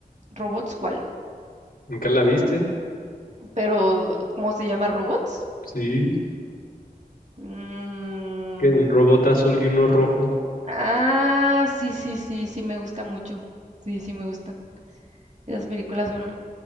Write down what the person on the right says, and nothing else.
robots, ¿cuál?
Pero, ¿cómo se llama? ¿Robots?
Mm,
Ah, sí, sí, sí, sí me gusta mucho. Sí, sí me gustan. Esas películas son,